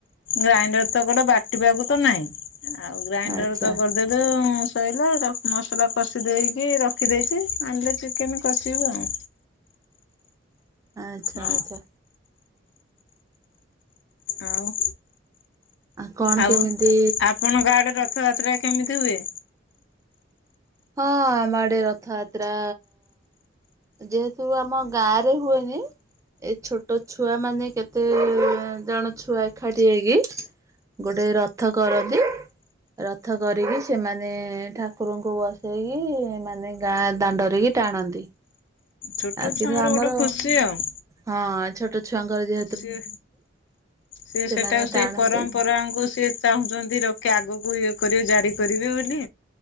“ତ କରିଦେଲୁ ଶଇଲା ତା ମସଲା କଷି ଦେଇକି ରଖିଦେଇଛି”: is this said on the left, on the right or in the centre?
Left